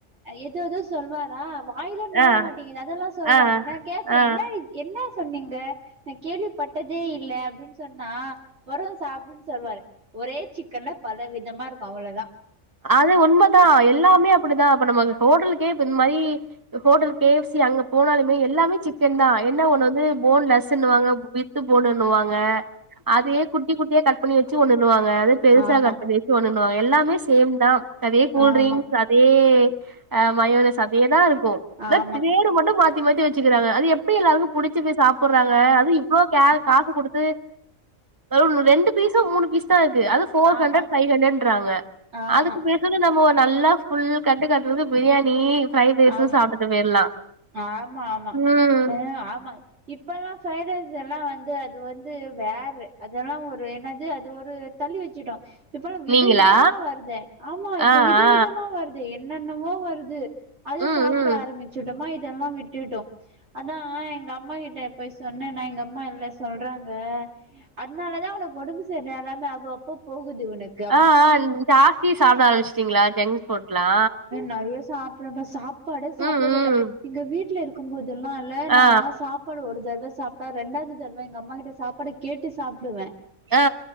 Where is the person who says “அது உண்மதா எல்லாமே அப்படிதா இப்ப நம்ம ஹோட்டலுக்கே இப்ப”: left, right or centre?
Right